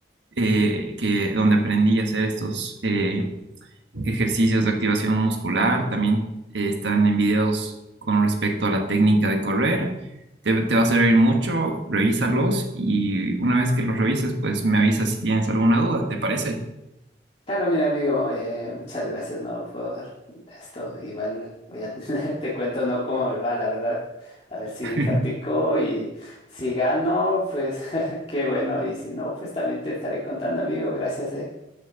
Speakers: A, on the right; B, on the left.
A: eh, que donde aprendí a hacer estos, eh, ejercicios de activación muscular, también eh, están en videos con respecto a la técnica de correr. Te, te va a servir mucho, revísalos y una vez que los revises, pues me avisas si tienes alguna duda, ¿te parece?
B: Claro, mira, amigo, eh, muchas gracias, ¿no? Por esto. Igual voy a, <laughs> te cuento, ¿no? Cómo me va, la verdad. A ver si
A: <laughs>
B: practico y si gano, pues <laughs> qué bueno. Y si no, pues también te estaré contando, amigo. Gracias, eh.